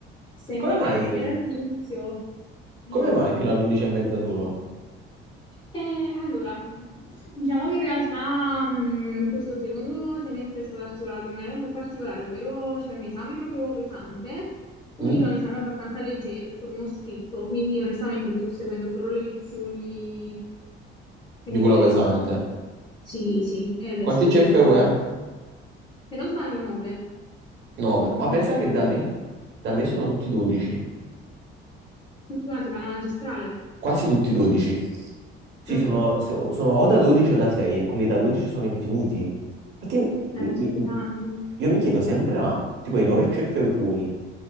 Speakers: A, on the left; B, on the right.
A: Essendo,
B: E Come
A: vabbè,
B: mai?
A: perché era l'inizio, dici.
B: Come mai fino all'undici e mezza solo?
A: Eh, allora, <laughs> diciamo che in realtà mh, questo secondo semestre è stato articolato in maniera un po' particolare, ovvero c'è un esame proprio pesante, unito
B: Mm?
A: a un esame abbastanza leggero, è solo uno scritto, quindi onestamente mi sto seguendo solo le lezioni che
B: Di
A: mi
B: quello
A: interessano.
B: pesante.
A: Sì, sì, e il resto,
B: Quanti CFU è?
A: se non sbaglio, 9,
B: 9.
A: 9
B: Ma pensa
A: CFU,
B: che da me, da me sono tutti 12.
A: tutti quanti, ma la magistrale,
B: Quasi tutti 12. Sì,
A: Mm,
B: sono, so- sono o da 12 o da 6 e quelli da 12 sono infiniti. Infatti, io
A: eh,
B: mi-
A: sono
B: mi-
A: pesanti.
B: io mi chiedo sempre, ma tipo i 9 CFU tuoi,